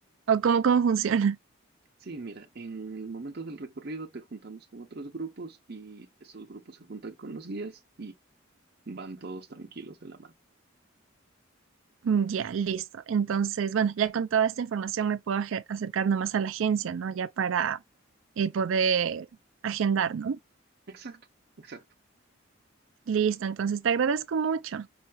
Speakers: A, on the right; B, on the right.
A: o cómo, cómo funciona.
B: Sí, mira, en el momento del recorrido te juntamos con otros grupos y esos grupos se juntan con los guías y van todos tranquilos de la mano.
A: Mm, Ya, listo. Entonces, bueno, ya con toda esta información me puedo aje- acercar nomás a la agencia, ¿no? Ya para eh, poder agendar, ¿no?
B: Exacto, exacto.
A: Listo, entonces te agradezco mucho.